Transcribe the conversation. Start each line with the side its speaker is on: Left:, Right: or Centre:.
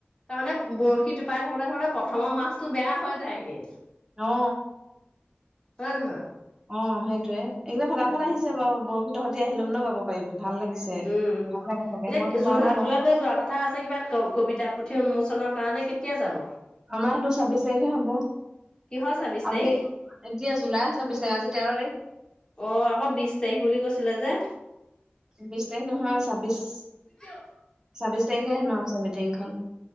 Left: তাৰমানে বৰশী টোপাই থাকোতে থাকোতে প্ৰথমৰ মাছতটো বেয়া হৈ যায় গে।
Right: অ।
Left: হয় নহয়।
Right: অ সেইটোয়ে একদম ফটাফট
Left: সেইটো
Right: আহিছে
Left: কথা
Right: বাও বৰশী তহতি আহিলে মানে বাব পাৰিবি ভাল লাগিছে
Left: উম উম
Right: ভাল লাগে থাকে
Left: এতিয়া
Right: মইতো যোৱা
Left: যোৰহাটলৈ
Right: নাই বাৰু
Left: যে যোৱা কথা আছে কিবা ক কবিতা পুথি উন্মোচনৰ কাৰণে কেতিয়া যাব
Right: আমাৰ সেইটো ছাব্বিশ তাৰিখে হ'ব
Left: কিহৰ ছাব্বিশ তাৰিখ
Right: আজি এতিয়া জুলাই ছাব্বিছ তাৰিখ আজি তেৰ তাৰিখ
Left: অ আকৌ বিশ তাৰিখ বুলি কৈছিলে যে
Right: বিশ তাৰিখ নহয় ছাব্বিশ
Left: কিটো
Right: ছাব্বিশ তাৰিখে হেনো আছে মিটিংখন